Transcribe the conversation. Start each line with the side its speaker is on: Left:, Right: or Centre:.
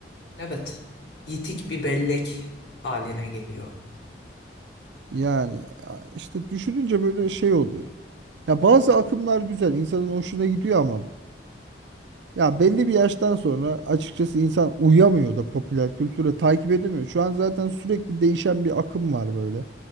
Left: Evet, yitik bir bellek haline geliyor.
Right: Yani a- işte düşününce böyle şey oluyor. Ya bazı akımlar güzel, insanın hoşuna gidiyor ama ya belli bir yaştan sonra açıkçası insan uyamıyor da popüler kültüre takip edemiyor. Şu an zaten sürekli değişen bir akım var böyle.